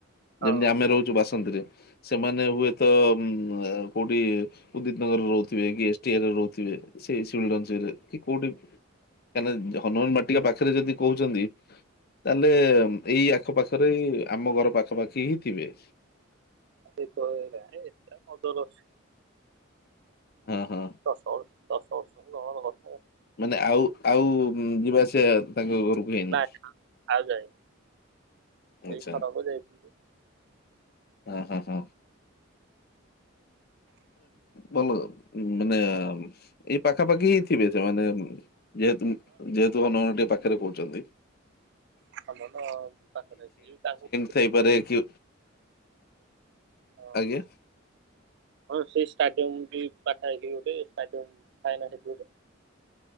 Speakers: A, on the right (about 60°); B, on the left (about 50°).
A: ହଁ
B: ଯେମିତି ଆମେ ରହୁଛୁ ବାସନ୍ତରେ ସେମାନେ ହୁଏତ ଉ କୋଉଠି ଉଦିତ ନଗରରେ ରହୁଥିବେ କି ଏସ୍ ଟି ଏ ରେ ରହୁଥିବେ ସେଇ କି କୋଉଠି କାହିଁକିନା ହନୁମାନ ବାଟିକା ପାଖରେ ଯଦି କହୁଛନ୍ତି ତାହେଲେ ଏଇ ଆଖପାଖରେ ଆମ ଘର ପାଖପାଖି ହିଁ ଥିବେ।
A: <unintelligible>
B: ହଁ ହଁ।
A: ଦଶ ବର୍ଷ ଦଶ ବର୍ଷ ତଳର କଥା
B: ମାନେ ଆଉ ଆଉ ଯିବା ଆସିବା ତାଙ୍କ ଘରକୁ ହେଇନି
A: ନାଇଁ ଆଉ ଯାଇନି
B: ଆଚ୍ଛା
A: ସେଇ ଥରକ ଯାଇଛି‌।
B: ଓଁ ହଁ ହଁ। ଭଲ ମାନେ ଏଇ ପାଖାପାଖି ଥିବେ ସେମାନେ ଯେହେତୁ ଯେହେତୁ ହନୁମାନ ବାଟିକା ପାଖରେ କହୁଛନ୍ତି
A: <unintelligible>
B: ସେଇପାରେ କି
A: ହଁ
B: ଆଜ୍ଞା?
A: ହଁ ସେ ଷ୍ଟାଡିୟମ ବି ପାଖାପାଖି ଗୋଟେ ଷ୍ଟାଡିୟମ ଥାଏ ନା ସେଇଠି ଗୋଟେ